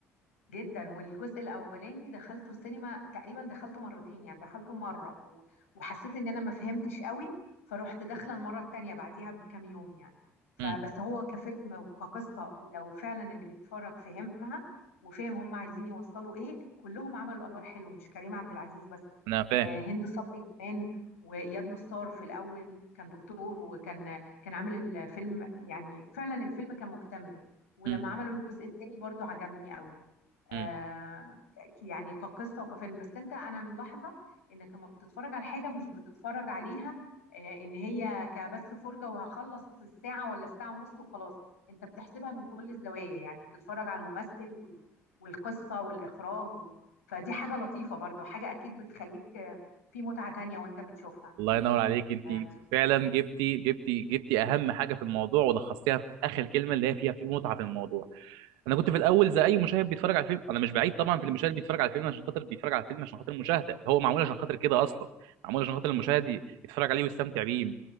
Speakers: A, on the left (about 85°); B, on the right (about 75°).
A: جدا والجزء الاولاني دخلته السينما تقريبا دخلته مرتين يعني دخلته مره و- وحسيت ان انا ما فهمتش قوي فروحت داخله المره التانيه بعديها بكام يوم يعني فبس
B: امم
A: هو كفيلم وكقصه لو فعلا اللي بيتفرج فهمها وفهم هم عايزين يوصلوا ايه كلهم عملوا ادوار حلوه مش كريم عبد العزيز بس
B: انا فاهم
A: آه، هند صبري كمان واياد نصار في الاول كان دكتور وكان كان عامل الفيلم يعني فعلا الفيلم كان مكتمل ولما
B: امم
A: عملوا الجزء التاني برضو عجبني قوي
B: امم
A: آم، ك- يعني كقصة وكفيلم بس انت انا ملاحظة انك لما بتتفرج على حاجة مش بتتفرج عليها آه، ان هي كبس فرجة وهخلص الساعة ولا الساعة ونص وخلاص انت بتحسبها من كل الزوايا يعني بتتفرج على الممثل وال- والقصة والاخراج و... فدي حاجة لطيفة برضو حاجة اكيد بتخليك آه، في متعة تانية وانت بتشوفها
B: الله ينور عليك انت
A: آه،
B: فعلا جبتي جبتي جبتي اهم حاجه في الموضوع ولخصتيها في اخر كلمه اللي هي فيها في متعه في الموضوع انا كنت في الاول زي اي مشاهد بيتفرج على فيلم انا مش بعيد طبعا في المشاهد بيتفرج على فيلم عشان خاطر بيتفرج على فيلم عشان خاطر المشاهده هو معمول عشان خاطر كده اصلا معمول عشان خاطر المشاهد يتفرج عليه ويستمتع بيه م-